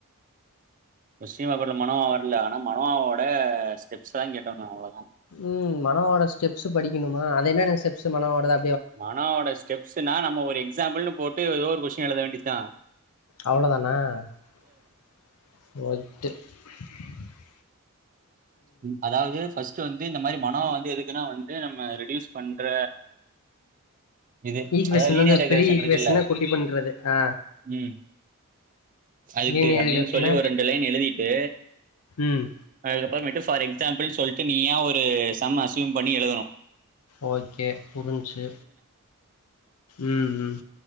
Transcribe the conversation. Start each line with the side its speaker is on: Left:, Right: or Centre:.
Right: கொஷ்ட்ன் பேப்பர் ல மனவா வரல ஆனா மனோவாவோட ஸ்டெப்ஸ் தா கேட்டாங்க அவ்ளோதா
Left: உம் மனவோட ஸ்டெப்ஸ் படிக்கணுமா அது என்னன்ன ஸ்டெப்ஸ் மனவோடத
Right: மனாவோட ஸ்டெப்ஸ்னா நம்ம ஒரு எக்ஸாம்பிள்னு போட் டு எதோ ஒரு கொஸ்டின் எழுத வேண்டித் தா
Left: அவ்ளோ தானா <unintelligible>
Right: ம் அதாவ்து ஃபஸ்ட்டு வந்து இந்த மாரி மனவோ வந்து எதுக்குன்னா வந்து நம்ம ரெடியூஸ் பண்ற இது ச்ச்
Left: ஈக்குவேஷன்
Right: அதா லினியர்
Left: வந்து
Right: டைகரேசன்
Left: பெரிய ஈக்குவேஷன
Right: இருக்குல
Left: குட்டி பண்றது ஆ
Right: ம் அதுக்கு
Left: லீனியர்
Right: அப்டின்
Left: ஈக்குவேஷன
Right: சொல்லி ஒரு ரெண்டு லேன் எழுதிட்டு
Left: ம்
Right: அதுகப் றமேட்டு ஃபார் எக்ஸாம்பிள் சொல்ட்டு நீயா ஒரு சம் அஸ்யூம் பண்ணி எழுதணு
Left: ஓகே புரிஞச்சு உம் உம்